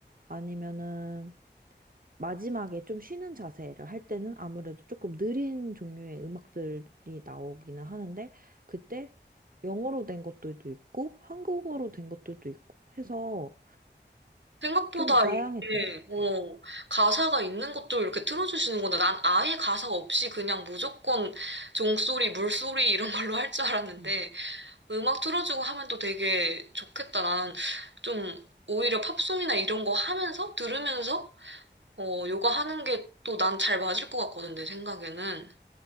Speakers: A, on the right; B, on the right.
A: 아니면은 마지막에 좀 쉬는 자세를 할 때는 아무래도 조금 느린 종류의 음악들이 나오기는 하는데, 그때 영어로 된 것들도 있고, 한국어로 된 것들도 있고 해서
B: 생각보다
A: 좀 다양했던
B: 이게,
A: 것
B: 어,
A: 같아요.
B: 가사가 있는 것도 이렇게 틀어주시는 건데 난 아예 가사가 없이 그냥 무조건 종소리, 물소리 이런 걸로 할 줄 알았는데
A: 음,
B: 음악 틀어주고 하면 또 되게 좋겠다. 나는 좀 오히려 팝송이나 이런 거 하면서 들으면서 어, 요가하는 게 또 난 잘 맞을 것 같거든, 내 생각에는.